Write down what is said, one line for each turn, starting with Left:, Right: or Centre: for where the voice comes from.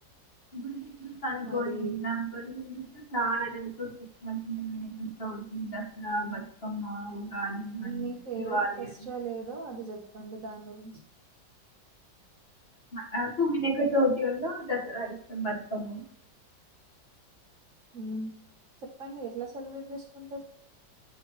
Left: బుడు గుడు అనుకోండి
Right: మాది
Left: <unintelligible> చాలా ఫెస్టివల్స్ ఉన్నాయి దసరా బతుకమ్మ ఉగాది ఇవన్నీ
Right: మీ ఫేవరెట్
Left: దివాళి
Right: ఫెస్టివల్
Left: అని
Right: ఏదో అది చెప్పండి దాని చి
Left: నాకు వినాయక చవితి అన్న దసరా బతుకమ్మ ఇష్టం
Right: ఉ చెప్పండి ఎట్లా సెలబ్రేట్ చేసుకుంటరు